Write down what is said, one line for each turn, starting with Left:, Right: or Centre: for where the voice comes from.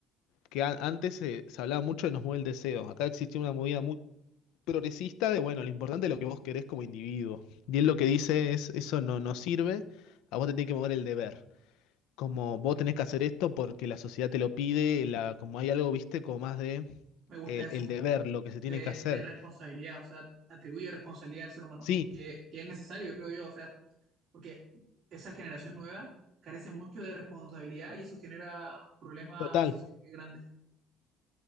Left: que a- antes se, se hablaba mucho de nos mueve el deseo. Acá existía una movida muy progresista de, bueno, lo importante es lo que vos querés como individuo. Y él lo que dice es, eso no, no sirve, a vos te tiene que mover el deber. Como vos tenés que hacer esto porque la sociedad te lo pide, la, como hay algo, viste, como más de
Right: Me gusta
Left: el,
Right: eso
Left: el deber, lo que se tiene
Right: de,
Left: que hacer.
Right: de responsabilidad, o sea, atribuye responsabilidad al ser humano,
Left: Sí,
Right: que, que es necesario, creo yo, o sea, porque esa generación nueva carece mucho de responsabilidad y eso genera problemas
Left: total.
Right: sociales grandes.